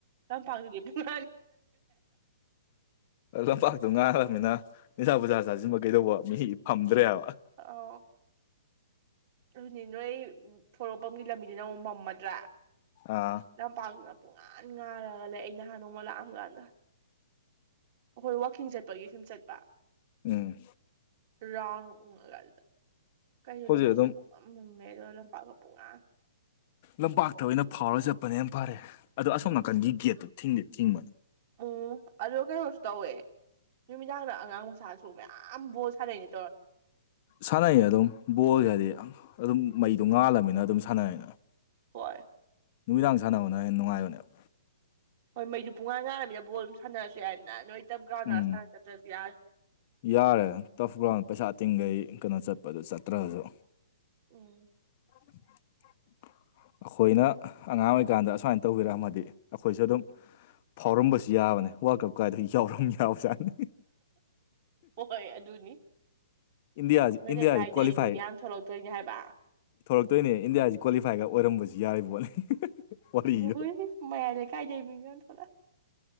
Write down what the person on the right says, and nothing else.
ꯂꯝꯄꯥꯛꯇꯗꯤ ꯄꯨꯅꯤ
ꯑ ꯑꯗꯨꯅꯤ ꯅꯣꯏ ꯐꯣꯔꯣꯛꯄꯝꯒꯤ ꯂꯝꯕꯤꯗꯨ ꯅ ꯑꯃꯨꯛ ꯃꯝꯃꯗ꯭ꯔꯥ
ꯂꯝꯄꯥꯛꯇꯨꯅ ꯄꯨꯡꯉꯥꯟ ꯉꯥꯏꯔꯒ ꯂꯩ ꯑꯩ ꯅꯍꯥꯟ ꯅꯣꯡꯃ ꯂꯥꯛꯑꯝ ꯀꯥꯟꯗ ꯍꯈꯣꯏ ꯋꯥꯛꯀꯤꯡ ꯆꯠꯄꯒꯤ ꯁꯨꯝ ꯆꯠꯄ
ꯔꯥꯎꯟ ꯎꯉꯒ ꯑꯗꯨꯗ ꯀꯩꯗꯣ
ꯂꯝꯕꯤꯁꯦ
ꯄꯨꯡꯉꯝꯃꯝꯃꯦ ꯑꯗ ꯂꯝꯄꯥꯛꯀ ꯄꯨꯡꯉ
ꯎꯝ ꯑꯗꯣ ꯀꯩꯅꯣꯁꯨ ꯇꯧꯋꯦ ꯅꯨꯃꯤꯗꯥꯡꯗ ꯑꯉꯥꯡ ꯃꯆꯥꯥꯁꯨ ꯃꯌꯥꯝ ꯕꯣ ꯁꯥꯥꯟꯅꯛꯏꯅꯤ
ꯋꯥꯏ
ꯍꯣꯏ ꯃꯩꯗꯨ ꯄꯨꯡꯉꯥꯟ ꯉꯥꯡꯔꯕꯃꯤꯅ ꯕꯣꯜ ꯑꯗꯨꯝ ꯁꯥꯟꯅꯔꯁꯨ ꯌꯥꯔꯅꯗ ꯅꯣꯏ ꯇꯞ ꯒ꯭ꯔꯥꯎꯟꯗ
ꯁꯥꯟꯅ ꯆꯠꯇ꯭ꯔꯁꯨ ꯌꯥꯔꯦ
ꯎꯝ
ꯍꯣꯏ ꯑꯗꯨꯅꯤ
ꯑꯩꯈꯣꯏ
ꯂꯩꯀꯥꯏꯗꯩ
ꯃꯤ ꯃꯌꯥꯝ ꯊꯣꯛꯂꯛꯇꯣꯏꯅꯦ ꯍꯥꯏꯕ
ꯍꯣꯏ ꯃꯂꯦ ꯀꯥꯏꯗꯤꯏ ꯃꯤ ꯌ ꯊꯂ